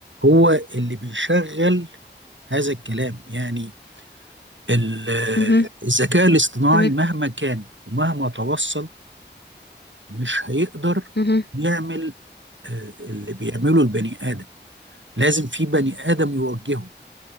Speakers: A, on the right; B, on the left.
A: هو اللي بيشغل هذا الكلام يعني ال-
B: مهم.
A: الذكاء الاصطناعي
B: تمام
A: مهما كان ومهما توصل مش هيقدر
B: مهم.
A: يعمل آه، اللي بيعمله البني آدم لازم في بني آدم يوجهه